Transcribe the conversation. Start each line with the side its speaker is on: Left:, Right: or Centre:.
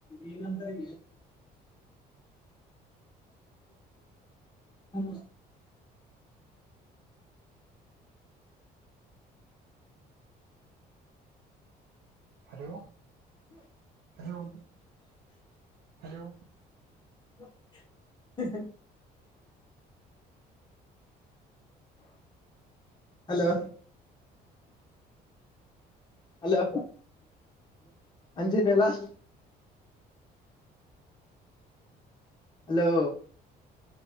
Left: ಈಗಂತಗ <unintelligible>
Right: hello hello hello
Left: <unintelligible> hello hello Anjit ದೆಲ್ಲಾ ಹಲೋ